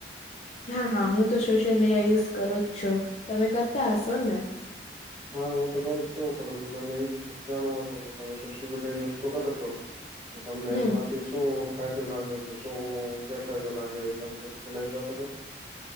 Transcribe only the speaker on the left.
હા હા હું તો સોશિયલ મીડિયા યુઝ કરું જ છું. તમે કરતા હશો ને?
હમ